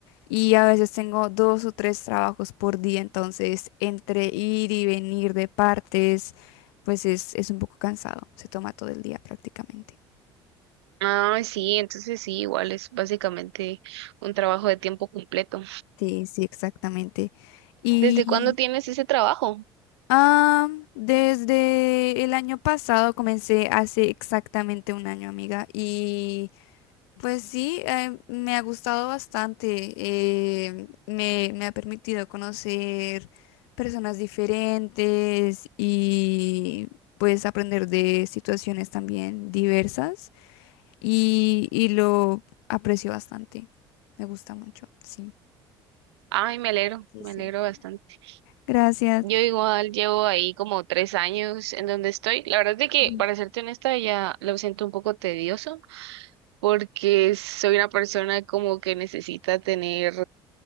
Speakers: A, on the left; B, on the right.
A: y a veces tengo dos o tres trabajos por día, entonces entre ir y venir de partes, pues es, es un poco cansado, se toma todo el día prácticamente.
B: Ah, sí, entonces sí, igual es básicamente un trabajo de tiempo completo.
A: Sí, sí, exactamente. Y
B: ¿Desde cuándo tienes ese trabajo?
A: ah, desde el año pasado comencé hace exactamente un año, amiga, y... Pues sí, eh, me ha gustado bastante. eh, me, me ha permitido conocer personas diferentes y pues aprender de situaciones también diversas y, y lo aprecio bastante. Me gusta mucho, sí.
B: Ay, me alegro,
A: Sí,
B: me
A: sí.
B: alegro bastante.
A: Gracias.
B: Yo igual llevo ahí como tres años en donde estoy. La verdad es de que,
A: Ujú,
B: para serte honesta, ya lo siento un poco tedioso porque soy una persona como que necesita tener